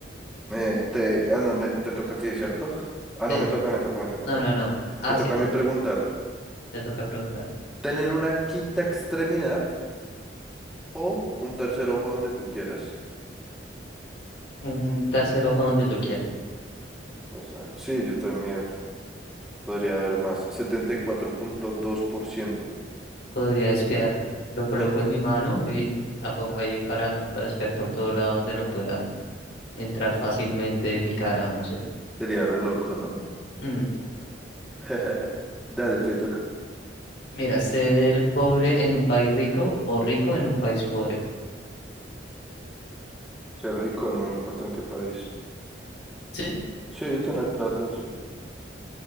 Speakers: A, in the centre; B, on the left.
A: Me, te, ah, no, me, te toca a ti, ¿cierto? Ah, no,
B: Sí.
A: me toca, me toca, me toca
B: No,
A: a mí.
B: no, no. Ah,
A: Me toca
B: sí, te
A: a mí
B: toca.
A: preguntar.
B: Te toca preguntar.
A: ¿Tener una quinta extremidad o un tercer ojo donde tú quieras?
B: Un tercer ojo donde yo quiera.
A: O sea, sí, yo también podría haber más. 74.2%.
B: Podría espiar. Lo coloco
A: Eh,
B: en mi mano y la pongo ahí para, para espiar por todo lado donde no pueda entrar fácilmente mi cara o no sé.
A: sería re loco, ¿no?
B: Mm,
A: <laughs> Dale, te toca.
B: Mira, ser pobre en un país rico o rico en un país pobre.
A: Ser rico, no me importa en qué país.
B: Sí.
A: Sí, tener plata, sí.